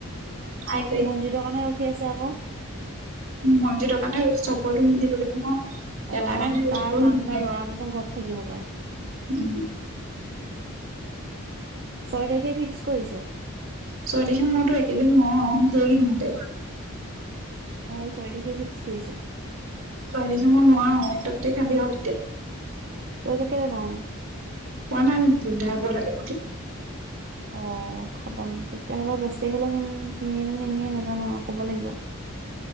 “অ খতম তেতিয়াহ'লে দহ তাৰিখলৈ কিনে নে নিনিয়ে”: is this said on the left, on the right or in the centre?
Right